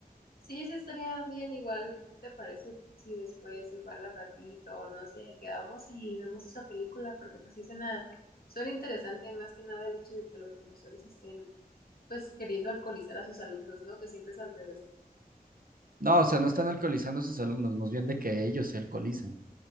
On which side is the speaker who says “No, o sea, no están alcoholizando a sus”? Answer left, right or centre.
Right